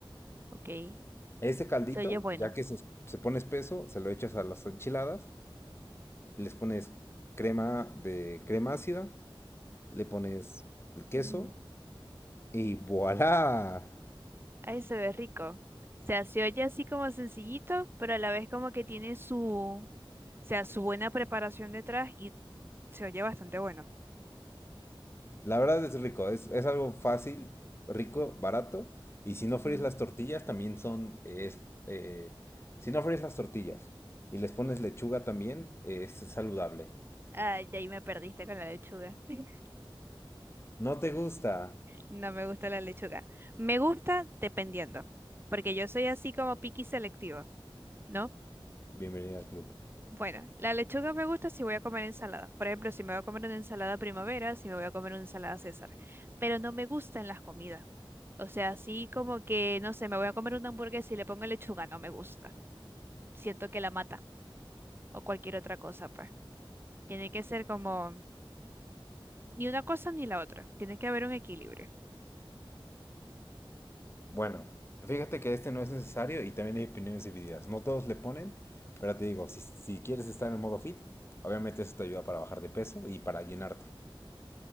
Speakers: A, on the right; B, on the left.
A: ok.
B: Ese caldito,
A: Se oye bueno.
B: ya que se, se pone espeso, se lo echas a las enchiladas, les pones crema de crema ácida, le pones el queso
A: Ujú.
B: y ¡voilá!
A: Ay, se ve rico. O sea, se oye así como sencillito, pero a la vez como que tiene su, o sea, su buena preparación detrás y se oye bastante bueno.
B: La verdad es rico, es, es algo fácil, rico, barato. Y si no
A: Ujú.
B: fríes las tortillas, también son... es, eh, si no fríes las tortillas y les pones lechuga también, es saludable.
A: Ay, ahí me perdiste con la lechuga. <laughs>
B: ¿No te gusta?
A: No me gusta la lechuga. Me gusta dependiendo, porque yo soy así como picky selectivo, ¿no?
B: Bienvenida al club.
A: Bueno, la lechuga me gusta si voy a comer ensalada. Por ejemplo, si me voy a comer una ensalada primavera, si me voy a comer una ensalada César. Pero no me gustan las comidas. O sea, así como que, no sé, me voy a comer una hamburguesa y le pongo lechuga, no me gusta. Siento que la mata o cualquier otra cosa, pues. Tiene que ser como ni una cosa ni la otra. Tiene que haber un equilibrio.
B: Bueno, fíjate que este no es necesario y también hay opiniones divididas. No todos le ponen, pero te digo, si, si quieres estar en el modo fit, obviamente eso te ayuda para bajar de peso y para llenarte.